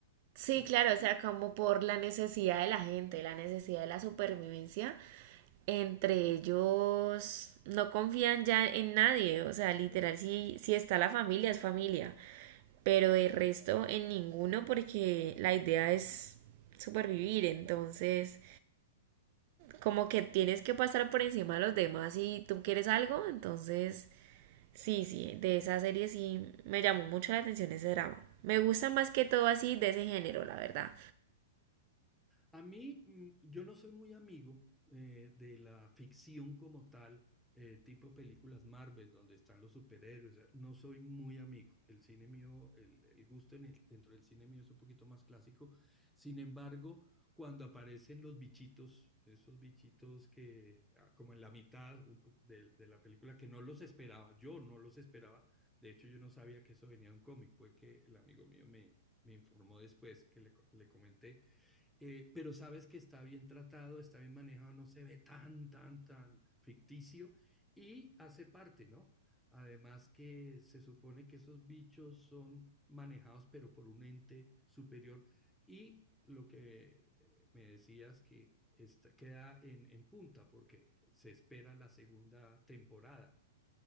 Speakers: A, on the right; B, in the centre.
A: Sí,
B: ¿no?
A: claro, o sea, como por la necesidad de la gente, la necesidad de la supervivencia, entre ellos no confían ya en nadie, o sea, literal, si, si está la familia, es familia, pero de resto en ninguno porque la idea es supervivir, entonces como que tienes que pasar por encima de los demás si tú quieres algo, entonces sí, sí, de esa serie sí me llamó mucho la atención ese drama. Me gusta más que todo así de ese género, la verdad.
B: A mí, mm, yo no soy muy amigo eh, de la ficción como tal, eh, tipo películas Marvel, donde están los superhéroes. eh, No soy muy amigo. El cine mío, el, el gusto en el- dentro del cine mío es un poquito más clásico. Sin embargo, cuando aparecen los bichitos, esos bichitos que, ah, como en la mitad un po- de, de la película, que no los esperaba, yo no los esperaba. De hecho, yo no sabía que eso venía de un cómic. Fue que el amigo mío me, me informó después que le co- le comenté eh, pero sabes que está bien tratado, está bien manejado, no se ve tan, tan, tan ficticio y hace parte, ¿no? Además que se supone que esos bichos son manejados pero por un ente superior y lo que eh, me decías que está- queda en, en punta porque se espera la segunda temporada.